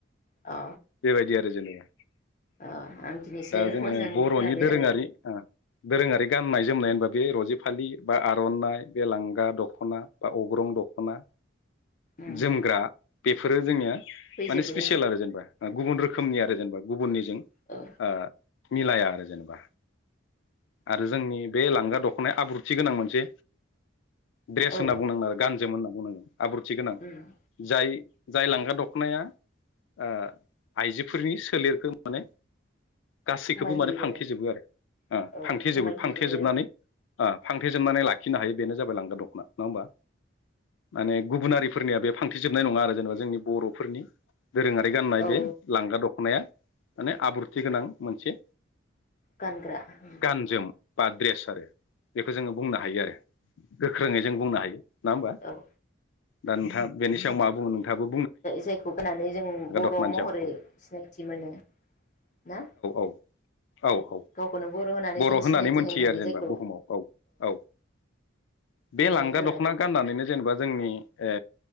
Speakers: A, on the left; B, on the left.
A: अ
B: बेबायदि आरो जेनेबा
A: अ आं दिनैसो
B: दा जोंङो
A: मोजां
B: बरनि
A: खोनाबाय
B: दोरोंङारि
A: आरो
B: ओ दोरोंङारि गाननाय जोमनाय होनबा बे रजेफालि बा आरनाइ बे लांगा दखना बा अग्रं दखना
A: उम
B: जोमग्रा बेफोर फोरो जोंङो माने
A: फैजोबो
B: स्पिसियेल आरो जेनेबा गुबुन रोखोमनि आरो जेनेबा गुबुननिजों ओ
A: औ
B: मिलाया आरो जेनेबा आरो जोंनि बे लांगा दखनाया आब्रुथि गोनां मोनसे
A: औ
B: ड्रेस होनना
A: औ
B: बुंनांगोन आरो गानजोम होन बुंनांगोन आब्रुथि गोनां
A: उम
B: जाय जाय लांगा दखनाया ओ आइजोफोरनि सोलेरखो माने गासैखौबो
A: समाय
B: माने
A: होयो
B: फांथेजोबो आरो ओ
A: आरो औ
B: फांथेजोबो
A: समाय होयोबो
B: फांथेजोबनानै ओ फांथेजोबनानै लाखिनो हायो बेनो जाबाय लांगा दखना नंङा होमबा माने गुबुन हारिफोरनिया बे फांथेेजोबनाय नंङा आरो जेनेबा जोंनि बरफोरनि दोरोंङारि गाननाय
A: औ
B: बे लांगा दखनाया माने आब्रुथि गोनां मोनसे
A: गानग्रा उम
B: गानजोम बा ड्रेस आरो बेखौ जोंङो बुंनो हायो आरो गोख्रोङै जों बुंनो हायो। नंङा होनबा
A: औ
B: दा नोथां बेनि सायाव मा बुंनो नों नोंथाङाबो
A: जायखौ होनानै जों बर'
B: दख'नानि
A: महरै
B: सायाव औ
A: सिनायथि मोनो ना
B: औ औ औ
A: गावखौनो होननानै
B: बर
A: जों
B: होननानै
A: सिनायथि
B: मोनथियो
A: होनो हायो
B: आरो जेनेबा
A: जायखौ
B: बुहुमाव औ औ। बे
A: बेनो
B: लांगा
A: जाबाय
B: दखना गाननानैनो जेनेबा जोंनि ए